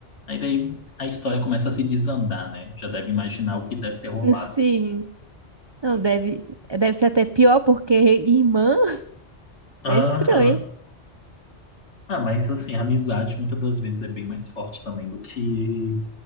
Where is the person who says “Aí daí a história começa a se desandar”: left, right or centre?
Left